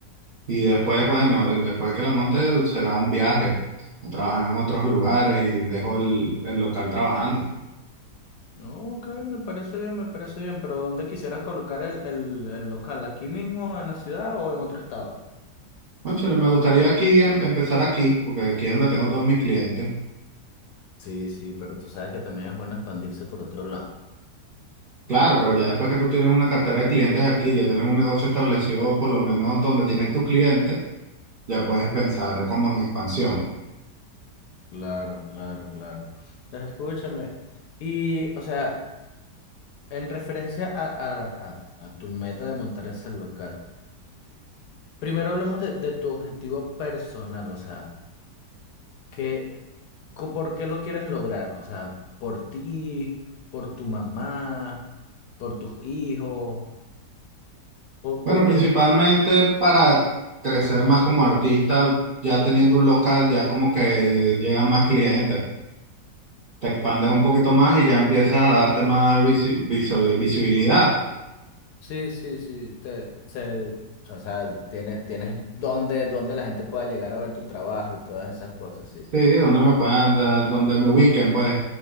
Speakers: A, on the right; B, on the left.
A: Y después, bueno, después que la monte será un viaje a trabajar en otros lugares y dejo el, el local trabajando.
B: No, ok, me parece bien, me parece bien, pero ¿dónde quisieras colocar el, el, el local? ¿Aquí mismo en la ciudad o en otro estado?
A: Cónchale, me gustaría aquí em- empezar aquí, porque aquí es donde tengo todos mis clientes.
B: Sí, sí, pero tú sabes que también es bueno expandirse por otro lado.
A: Claro, pero ya después que tú tienes una cartera de clientes aquí, ya tienes un negocio establecido, por lo menos donde tienes tus clientes, ya puedes pensar como en expansión.
B: Claro, claro, claro. Entonces, Escúchame. Y, o sea, en referencia a, a- a- a tu meta de montar ese local, primero hablemos de, de tu objetivo personal, o sea, ¿qué, co- por qué lo quieres lograr? O sea, por ti, por tu mamá, por tus hijos,
A: Bueno,
B: porque
A: principalmente para crecer más como artista, ya teniendo un local, ya como que llegan más clientes, te expandes un poquito más y ya empiezas a darte más visi- visual- visibilidad.
B: Sí, sí, sí, te, se, o sea, tienes, tienes donde, donde la gente pueda llegar a ver tu trabajo y todas esas cosas, sí.
A: Sí, donde me puedan dar, donde me ubiquen, pues.